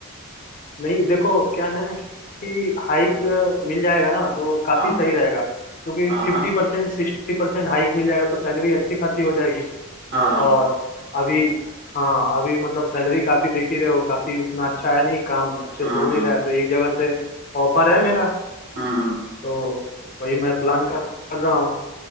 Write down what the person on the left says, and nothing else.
नहीं देखो क्या है ना कि हाइक मिल जाएगा ना तो काफी
सही रहेगा क्योंकि
fifty
percent sixty percent hike मिल जाएगा तो सैलरी अच्छी खासी हो जाएगी
और अभी हाँ अभी मतलब सैलरी काफ़ी देख ही रहे हो काफ़ी उतना अच्छा है नहीं काम अच्छे
से हो नहीं रहा है तो एक जगह से ऑफर है मेरा
तो वही मैं प्लान कर कर रहा हूँ